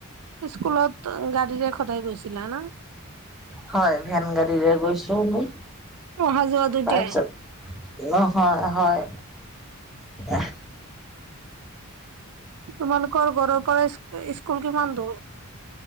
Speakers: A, on the right; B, in the centre.
A: স্কুলত গাড়ীৰে সদায় গৈছিলা না
B: হয় ভেন গাড়ীৰে গৈছো মু
A: অহা যোৱা দুইটাই
B: তাৰপিছত ন হয় হয় এহ
A: তোমালোকৰ ঘৰৰ পৰা স্কু স্কুল কিমান দূৰ?